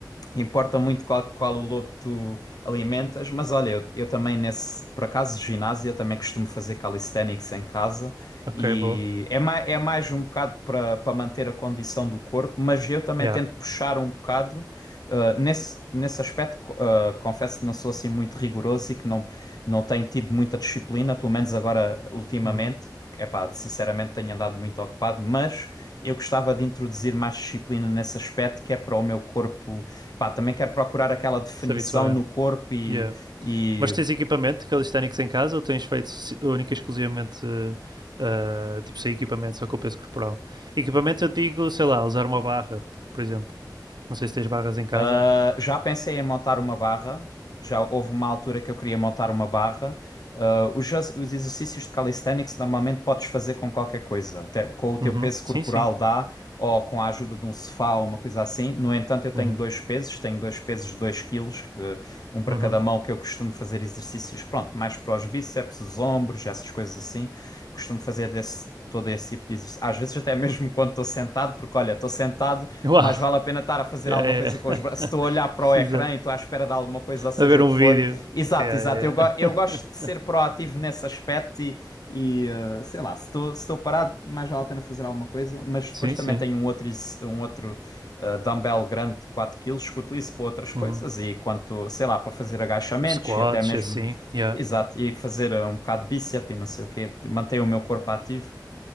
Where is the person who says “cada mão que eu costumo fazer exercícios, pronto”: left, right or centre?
Left